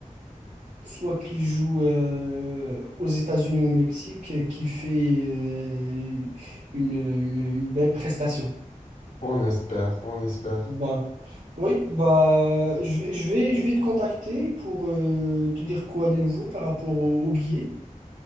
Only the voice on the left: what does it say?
On espère, on espère.